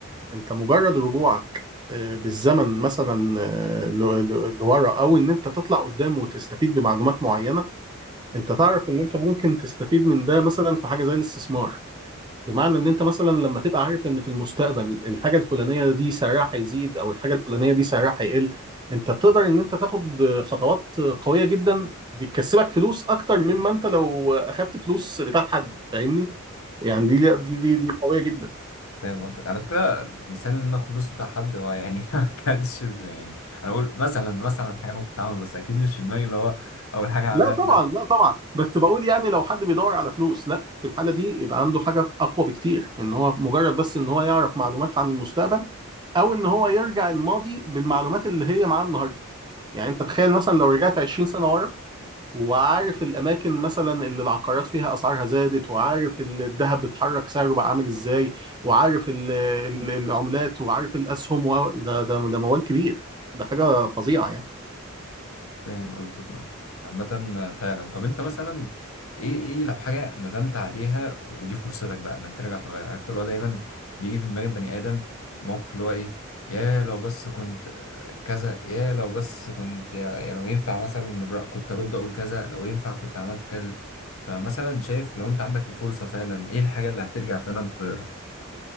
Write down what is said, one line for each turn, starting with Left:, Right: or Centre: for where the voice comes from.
Right: انت مجرد رجوعك آه، بالزمن مثلا آه، ل- ل- لورا او ان انت تطلع قدام وتستفيد بمعلومات معينه انت تعرف ان انت ممكن تستفيد من ده مثلا في حاجه زي الاستثمار بمعنى ان انت مثلا لما تبقى عارف ان في المستقبل الحاجه الفلانيه دي سعرها هيزيد او الحاجه الفلانيه دي سعرها هيقل انت تقدر ان انت تاخد خطوات قويه جدا دي تكسبك فلوس اكتر مما انت لو اخدت فلوس بتاعت حد فاهمني يعني دي دي دي, دي قويه جدا
Left: فاهم قصدك على فكرة مثال إن أنا آخد فلوس بتاع حد هو يعني <laughs> ما كانش يعني أنا بقول مثلا مثلا حاجة ممكن تتعمل بس أكيد مش في دماغي اللي هو أول حاجة هعملها
Right: لا طبعا لا طبعا بس بقول يعني لو حد بيدور على فلوس لا في الحاله دي يبقى عنده حاجه اقوى بكتير ان هو مجرد بس ان هو يعرف معلومات عن المستقبل او ان هو يرجع الماضي بالمعلومات اللي هي معاه النهارده يعني انت تخيل مثلا لو رجعت 20 سنه ورا وعارف الاماكن مثلا اللي العقارات فيها اسعارها زادت وعارف ال- الذهب بيتحرك سعره بقى عامل ازاي وعارف ال- ال- العملات وعارف الاسهم و... ده ده ده موال كبير ده حاجه فظيعه يعني
Left: فاهم قصدك اه عامة فعلا طب انت مثلا ايه ايه لو حاجة ندمت عليها ودي فرصتك بقى انك ترجع تغير عرفت اللي هو دايما بيجي في دماغ البني ادم موقف اللي هو ايه يا لو بس كنت كذا يا لو بس كنت يا, يا لو ينفع مثلا الر- كنت ارد اقول كذا لو ينفع كنت عملت كذا فمثلا شايف لو انت عندك الفرصة فعلا ايه الحاجة اللي هترجع فعلا تغيرها